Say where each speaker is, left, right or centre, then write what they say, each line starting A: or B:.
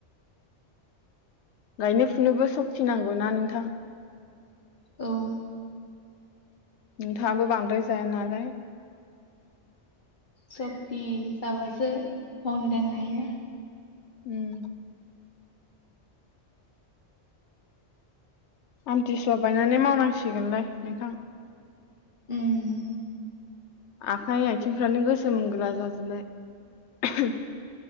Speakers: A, on the left (about 70°); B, on the left (about 45°).
A: गायनो फुनोबो सक्ति नांगौना नोंथां ।
B: औ ।
A: नोंथाङाबो बांद्राय जाया नालाय
B: सक्ति थाबासो मावनो दांनो हायोना ।
A: उम आमथिसुवा बायनानै मावनांसिगोनलाय नोंथां ।
B: उम
A: आखाइ आयथिंफ्रानो गोसोम गोला जाजोबबाय ।